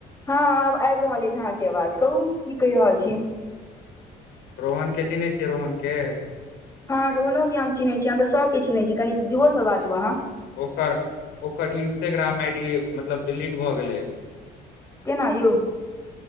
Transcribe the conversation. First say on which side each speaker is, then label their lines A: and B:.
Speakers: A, on the left; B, on the left.
A: हँ आब आइब रहल अछि अहाँके आवाज कहू की कहि रहल छी
B: रोहनके चिन्है छियै रोहनके
A: हँ रोहनोक के हम चिन्है छीह तऽ सबके चिन्है छी कनी जोर से बाजू अहाँ
B: ओकर ओकर इंस्टाग्राम आई डी मतलब डिलीट भऽ गेलइ
A: केना यउ